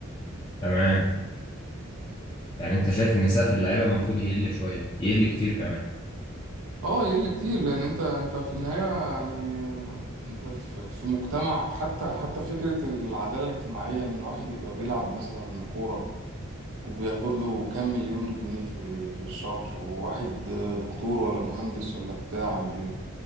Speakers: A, on the left (about 25°); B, on the right (about 85°).
A: تمام يعني انت شايف ان سقف اللعيبه المفروض يقل شويه يقل كتير كمان
B: اه يقل كتير لان انت انت في النهايه يعني انت في في مجتمع حتى حتى فكره العداله الاجتماعيه ان واحد يبقى بيلعب مثلا كوره وبياخد له كام مليون جنيه في ال- في الشهر وواحد دكتور ولا مهندس ولا بتاع بي-